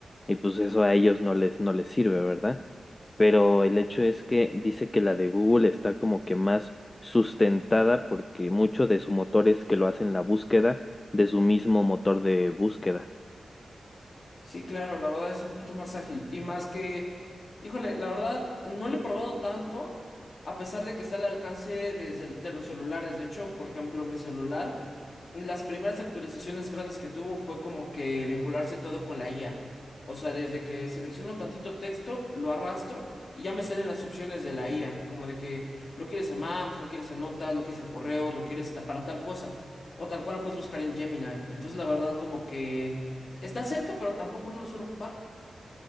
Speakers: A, on the left; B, on the left.
A: Y pues eso a ellos no les, no les sirve, ¿verdad? pero el hecho es que dice que la de Google está como que más sustentada porque mucho de su motor es que lo hacen la búsqueda de su mismo motor de búsqueda.
B: Sí, claro, la verdad es un poquito más ágil. Y más que, híjole, la verdad no lo he probado tanto, a pesar de que está al alcance desde el- de los celulares. De hecho, por ejemplo, mi celular. Las primeras actualizaciones grandes que tuvo fue como que vincularse todo con la IA. O sea, desde que selecciono tantito texto, lo arrastro y ya me salen las opciones de la IA. Como de que lo quieres en Maps, lo quieres en Notas, lo quieres en correos, lo quieres ta- para tal cosa. O tal cual lo puedes buscar en Gemini. Entonces, la verdad, como que está cerca, pero tampoco no lo suelo ocupar.